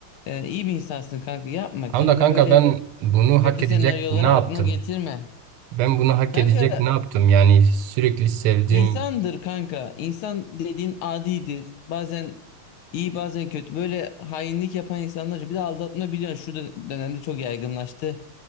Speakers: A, on the left; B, on the right.
A: Ee, iyi bir insansın kanka. Yapma
B: Tamam
A: kendini
B: da kanka
A: böyle
B: ben bunu
A: kötü
B: hak edecek
A: senaryolara
B: ne yaptım?
A: aklına getirme.
B: Ben bunu hak
A: Kanka
B: edecek ne yaptım? Yani sürekli sevdiğim...
A: insandır kanka. İnsan dediğin adidir. Bazen iyi bazen kötü. Böyle hainlik yapan insanlar. Bir de aldatma biliyorsun şu dö- dönemde çok yaygınlaştı.